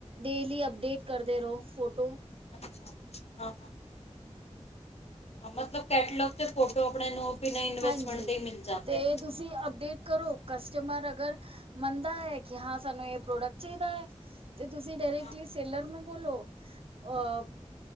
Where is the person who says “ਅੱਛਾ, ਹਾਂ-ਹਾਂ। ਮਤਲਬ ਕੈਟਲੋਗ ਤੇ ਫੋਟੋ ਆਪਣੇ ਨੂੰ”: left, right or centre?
Left